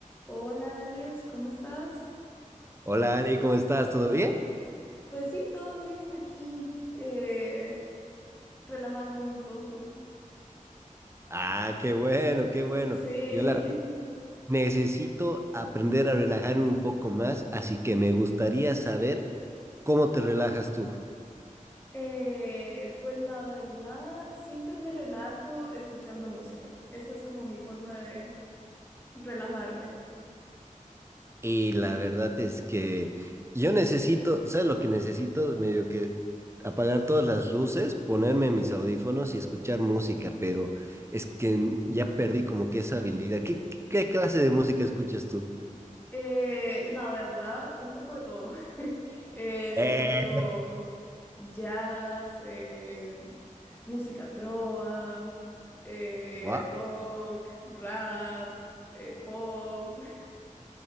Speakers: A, on the left; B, on the right.
A: Hola Alex, ¿cómo estás?
B: Hola Ari, ¿cómo estás? ¿Todo bien?
A: Pues sí, todo bien aquí, eh, relajándome un poco.
B: Ah, qué bueno, qué bueno.
A: Sí,
B: Yo la necesito aprender a relajarme un poco más, así que me gustaría saber cómo te relajas tú.
A: <laughs> Eh, pues la verdad, siempre me relajo escuchando música. Esa es como mi forma de relajarme.
B: Y la verdad es que yo necesito, ¿sabes lo que necesito? Medio que apagar todas las luces, ponerme mis audífonos y escuchar música, pero es que ya perdí como que esa habilidad. ¿Qué, qué clase de música escuchas tú?
A: Eh, la verdad, un poco de todo. <laughs> Eh, escucho
B: Eh,
A: jazz, eh, música trova, eh,
B: Wow.
A: rock, rap, eh, pop. <laughs>